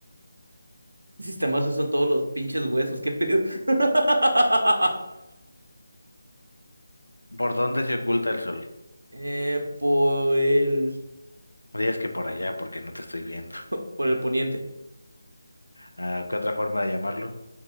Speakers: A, on the right; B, on the left.
A: El sistema óseo son todos los pinches huesos. ¿Qué pedo? <laughs>
B: ¿Por dónde se oculta el sol?
A: Eh, por el
B: Dirías que por allá, porque no te estoy viendo.
A: <laughs> por el poniente.
B: Ah, ¿qué otra forma de llamarlo?